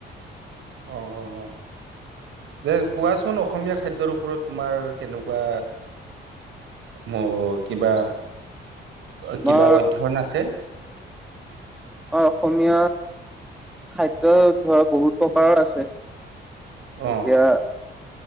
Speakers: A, on the right (about 75°); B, in the centre.
A: অ' - অ' - অ'।
B: <unintelligible>
A: যে কোৱাচোন অসমীয়া খাদ্যৰ ওপৰত তোমাৰ কেনেকুৱা ম- কিবা।
B: <unintelligible>
A: অ'-
B: আমাৰ
A: কিবা অধ্যয়ন আছে?
B: অ' অসমীয়াত খাদ্য ধৰা বহুত প্ৰকাৰৰ আছে।
A: অ
B: এতিয়া